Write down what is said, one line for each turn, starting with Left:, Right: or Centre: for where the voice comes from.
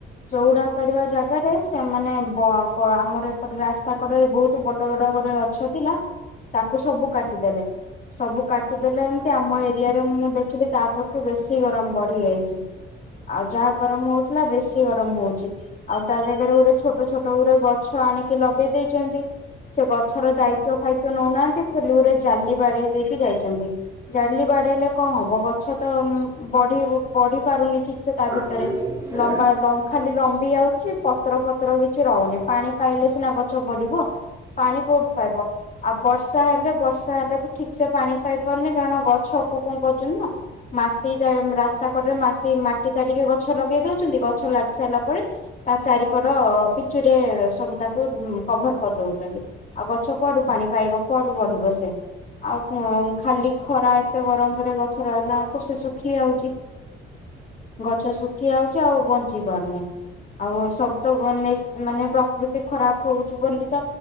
Left: ଚଉଡା କରିବା ଜାଗାରେ ସେମାନେ ଆମର ଏପଟ ରାସ୍ତା କଡରେ ବହୁତ ବଡ ବଡ କଡରେ ଗଛ ଥିଲା ତାକୁ ସବୁ କାଟି ଦେଲେ। ସବୁ କାଟିଦେଲେ ଏମିତି ଆମ ଏ ଏରିଆରେ ମୁଁ ଦେଖିଲି ତାପରଠୁ ବେଶୀ ଗରମ ବଢି ଯାଇଛି ଆଉ ଯାହା ଗରମ ହଉଥିଲା ବେଶି ଗରମ ହଉଛି ଆଉ ତା ଜାଗାରେ ଗୋଟେ ଛୋଟ ଛୋଟ ଗୋଟେ ଗଛ ଆଣିକି ଲଗେଇ ଦେଇଛନ୍ତି ସେ ଗଛର ଦାୟିତ୍ୱ ଫାଇତ୍ବ ନଉନାହାନ୍ତି। ଫୁଲୁ ଗୁରେ ଜାଲି ବାଡେ ଦେଇଖି ଯାଇଛି। ଜାଡଲି ବାଡେଇଲେ କଣ ହବ ବ ଗଛ ତ ବଢ ବଢି ନି ଠିକ ସେ ତା ଭିତରେ
Right: ପାଣି ହେଇକି ହେଲା।
Left: ଲମ୍ବା ଖାଲି ଲମ୍ବି ଯାଉଛି ପତ୍ର ଫତ୍ର କିଛି ରହୁନି ପାଣି ପାଇଲେ ସିନା ଗଛ ବିବ ପାଣି କୋଉଠୁ ପାଇବ ଆଉ ବର୍ଷା ହେଲେ ବର୍ଷା ହେଲେ ବି ଠିକ ସେ ପାଣି ପାଇ ପାରୁନି କାରଣ ଗଛକୁ କଣ କରୁଛନ୍ତି ନା ମାଟି ରାସ୍ତା କଡରେ ମା ମାଟି ଟିକେ ଗଛ ଲଗେଇ ଦଉଛନ୍ତି ଗଛ ଲାଗି ସାରିଲା ପରେ ତା ଚାରିିକଡ ପିଚୁ ରେ ସବୁ ତାକୁ କଭର କରିଦଉଛନ୍ତି ଆଉ ଗଛ କୁଆଡୁ ପାଣି ପାଇବ କୁଆଡୁ ବଢିବ ସେ ଆଉ ଖାଲି ଖରା ଏତେ ଗରମରେ ଗଛ ରହିଲା ବଳକୁ ସେ ଶୁଖି ଯାଉଛି ଗଛ ଶୁଖି ଯାଉଛି ଆଉ ବଞ୍ଚି ପାରୁନି ଆଉ ସବୁ ତ ମେ ମାନେ ପ୍ରକୃତି ଖରାପ ହଉଛି ବୋଲି ତ